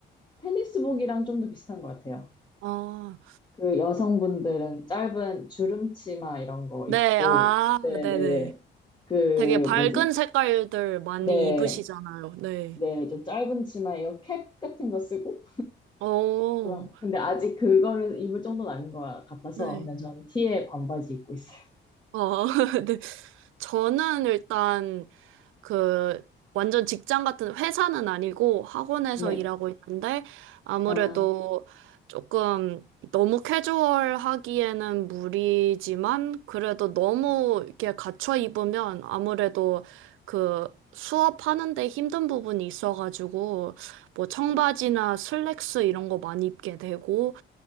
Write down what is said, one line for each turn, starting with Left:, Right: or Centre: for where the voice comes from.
Left: 테니스복이랑 좀 더 비슷한 것 같아요.
Right: 어,
Left: 그 여성분들은 짧은 주름 치마 이런 거
Right: 네,
Left: 입고
Right: 아,
Left: 네네네
Right: 네네.
Left: 그
Right: 되게 밝은
Left: 뭐지?
Right: 색깔들 많이
Left: 네.
Right: 입으시잖아요. 네.
Left: 네, 좀 짧은 치마 이거 캡 같은 거 쓰고
Right: 어,
Left: 그럼 근데 아직 그거를 입을 정도는 아닌 것 같아서
Right: 네.
Left: 그냥 전 티에 반바지 입고 있어요.
Right: 어, <laughs> 네. 저는 일단 그 완전 직장 같은 회사는 아니고 학원에서
Left: 네.
Right: 일하고 있는데 아무래도
Left: 아,
Right: 조금 너무 캐주얼하기에는 무리지만 그래도 너무 이렇게 갖춰 입으면 아무래도 그 수업하는 데 힘든 부분이 있어가지고 뭐 청바지나 슬랙스 이런 거 많이 입게 되고